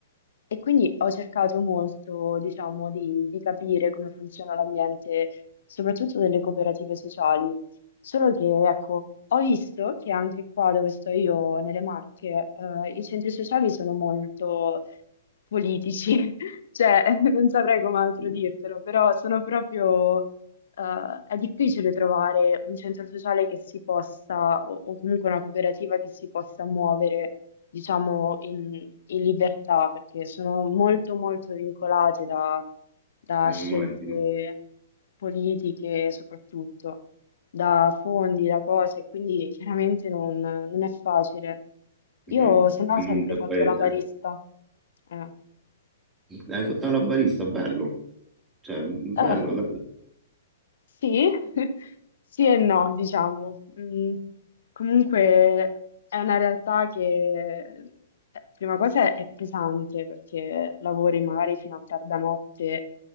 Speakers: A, on the left; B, on the right.
A: e quindi ho cercato molto, diciamo, di, di capire come funziona l'ambiente, soprattutto delle cooperative sociali. Solo che, ecco, ho visto che anche qua dove sto io, nelle Marche, eh, i centri sociali sono molto politici, <laughs> cioè non saprei come altro
B: sì,
A: dirtelo, però sono proprio, eh, è difficile trovare un centro sociale che si possa, o, o comunque una cooperativa che si possa muovere, diciamo, in, in libertà, perché sono molto, molto vincolate da, da
B: eh, immagino.
A: scelte politiche, soprattutto da fondi, da cose, quindi chiaramente non non è facile. Io
B: Mhm.
A: se
B: Tutto
A: no ho
B: il
A: sempre
B: mondo è
A: fatto
B: paese,
A: la barista. Eh.
B: eh. Hai fatto la barista, bello. Cioè, bello,
A: Eh,
B: dai.
A: sì, <laughs> sì e no, diciamo. Mm, comunque è una realtà che, eh, prima cosa, è pesante perché lavori magari fino a tarda notte,